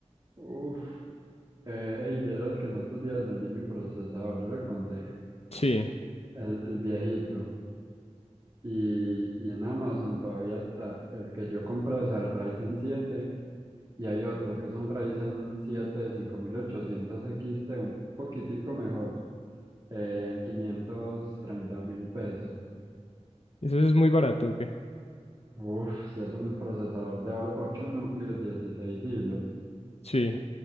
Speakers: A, on the right; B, on the left.
A: Uf, eh, ey, vieras que en estos días vendí mi procesador, yo le conté,
B: Sí,
A: el, el viejito. Y, y en Amazon todavía está el que yo compré, o sea, el Ryzen siete y hay otro que es un Ryzen 7 5800 XT, un poquitico mejor. eh, en quinientos treinta mil pesos.
B: eso es muy barato, ¿ok?
A: Uf, si es un procesador de 8 núcleos, 16 hilos.
B: Sí.